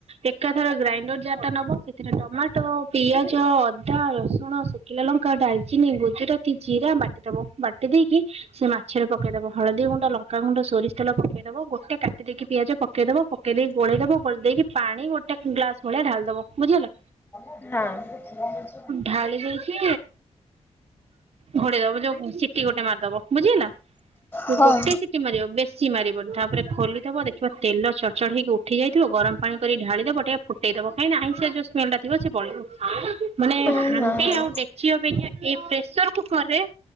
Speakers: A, on the right; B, on the left.
A: ଏକାଥରେ ଗ୍ରାଇଣ୍ଡର ଯାରଟା ନବ ସେଥିରେ ଟମାଟୋ ପିଆଜ ଅଦା ରସୁ ଣ ଶୁଖିଲା ଲଙ୍କା ଡାଲଚିନି ଗୁଜୁରାତି ଜିରା ବାଟିଦବ ବାଟି ଦେଇକି ସେ ମାଛ ରେ ପକେଇଦବ ହଳଦୀ ଗୁଣ୍ଡ ଲଙ୍କା ଗୁଣ୍ଡ ସୋରିଷ ତେଲ ପକେଇଦବ ଗୋଟେ କାଟିଦେଇକି ପିଆଜ ପକେଇ ଦବ ପକେଇ ଦେଇକି ଗୋଳେଇ ଦବ ଗୋଳେଇ ଦେଇକି ପାଣି ଗୋଟେ ଗ୍ଲାସ ଭଳିଆ ଢାଳି ଦବ ବୁଝି ହେଲା।
B: ହଁ। <inaudible>
A: ଢାଳି ଦେଇଚି ଘୋଡେଇ ଦବ ଯୋଉ ସିଟି ଗୋଟେ ମାରିଦବ ବୁଝି ହେଲା। ସେ
B: ହଁ
A: ଗୋଟେ
B: ହଁ
A: ସିଟି ମାରିବ ବେଶି ମାରିବନି। ତାପରେ ଖୋଲିଦବ ଦେଖିବ ତେଲଚଡ ଚଡ ହେଇକି ଉଠି ଯାଇଥିବ ଗରମ ପାଣି କରି ଢାଳିଦବ ଟିକେ ଦେଇଦବ କାଇଁ ନା ଆଇଁସିଆ ଯୋଉ ସ୍ମେଲ ଟା ଥିବ ସେ ପଳେଇବ ମାନେ
B: ହଁ
A: ହାଣ୍ଡି ଆଉ ଡେକ୍ଚି ଅପେକ୍ଷା ଏ ପ୍ରେସର କୁକର ରେ